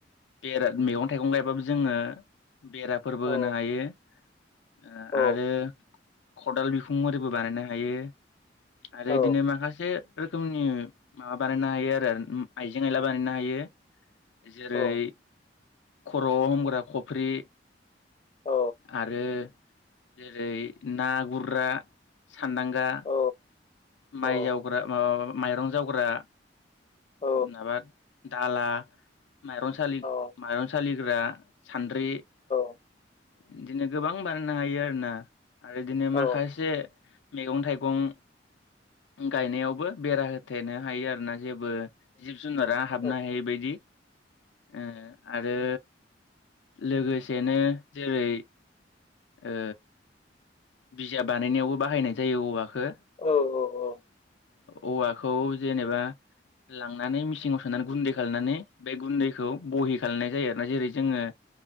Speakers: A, on the left; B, on the left.
A: बेराद मैगं थाइगं गायबाबो जोङो बेराफोरबो
B: औ
A: होनो हायो ओ
B: औ
A: आरो ख'दाल बिखुंआरिबो बानायनो हायो। आरो
B: औ
A: इदिनो माखासे रोखोमनि माबा बानायनो हायो आरो आइजें आयला बानायनो हायो। जेरै
B: औ
A: खर'आव हमग्रा खफ्रि
B: औ
A: आरो जेरै ना गुरग्रा सानदांगा
B: औ
A: माइ
B: औ
A: जावग्रा माबाबा माइरं जावग्रा।
B: औ
A: माबा दाला माइरं सालि,
B: औ
A: माइरं सालिग्रा सान्द्रि।
B: औ
A: बिदिनो गोबां बानायनो हायो आरोना आरो इदिनो
B: औ
A: माखासे मैगं थाइ गं गायनायावबो बेरा होथेनो हायो आ ना जेबो जिब जुनारा
B: औ
A: हाबनो हायै बायदि ओ आरो लोगोसेनो जेरै ओ बिजाब बानायनायावबो बाहायनाय जायो औवाखौ
B: औ-औ औ-औ
A: ओ औवाखौ जेनेबा लांनानै मिसिङाव सोनानै गुन्दै खालामनानै बे गुन्दैखौ बहि खालामनाय जायो आरोना जेरै जोङो